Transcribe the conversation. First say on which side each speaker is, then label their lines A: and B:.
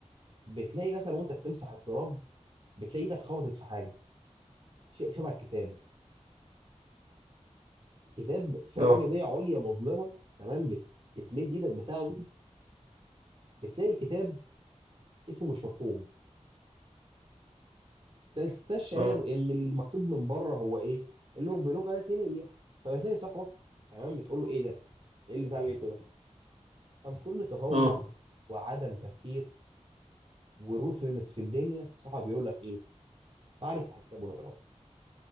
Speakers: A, on the right; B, on the right.
A: بتلاقي مثلا وانت بتمسح التراب بتلاقي ايدك خبطت في حاجه شيء شبه الكتاب كتاب في
B: اه
A: حاجه زي عليا مظلمه تمام بت... بتمد ايدك بتاخده بتلاقي الكتاب اسمه مش مفهوم تستشعر
B: اه
A: ان المكتوب من بره هو ايه اللغه بلغه لاتينيه فبتلاقي صاحبك تمام بتقول له ايه ده ايه اللي بتاع اللي لقيته ده طب كل تهور
B: اه
A: وعدم تفكير وروثلس في الدنيا صاحبك بيقول لك ايه تعال افتح الكتاب ونقراه